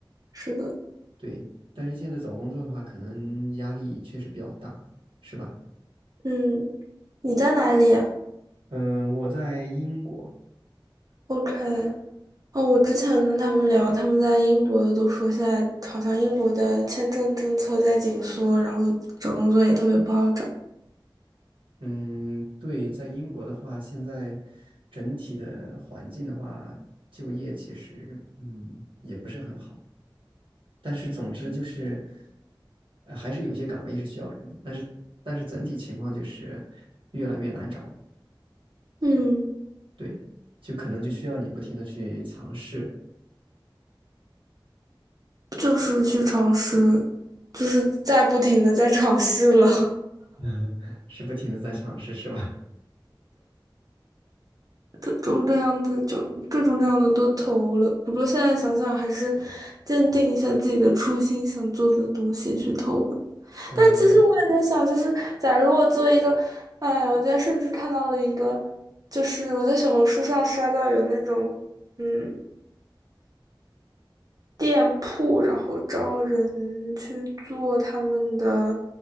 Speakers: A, on the right; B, on the right.
A: 是的，
B: 对。但是现在找工作的话，可能压力确实比较大，是吧？
A: 嗯，你在哪里呀
B: 嗯，我在英国，
A: ？OK，哦，我之前跟他们聊，他们在英国的都说，现在好像英国的签证政策在紧缩，然后找工作也特别不好找。
B: 嗯，对，在英国的话，现在整体的环境的话，就业其实嗯也不是很好。但是总之就是，呃，还是有些岗位是需要人的，但是但是整体情况就是越来越难找，
A: 嗯，
B: 对，就可能就需要你不停的去尝试。
A: 就是去尝试，就是在不停的在尝试了，
B: 嗯，<laughs> 是不停的在尝试，是吧？
A: <laughs> 各种各样的就各种各样的都投了。不过现在想想，还是坚定一下自己的初心，想做的东西去投吧。
B: 嗯
A: 但其实我也在想，就是假如我做一个，哎，我今天甚至看到了一个，就是我在小红书上刷到有那种，嗯，店铺，然后招人去做他们的